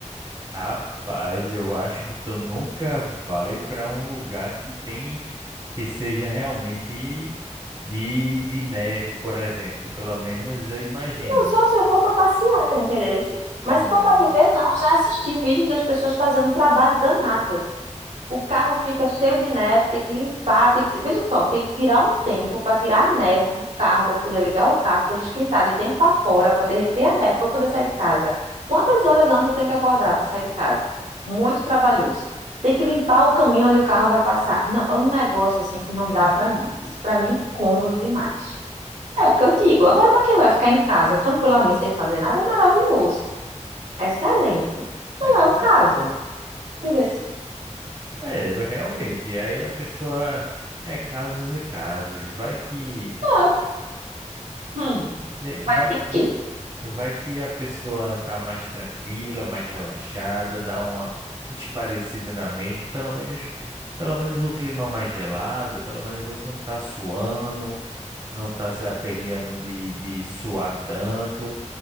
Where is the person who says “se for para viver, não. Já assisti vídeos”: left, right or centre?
Right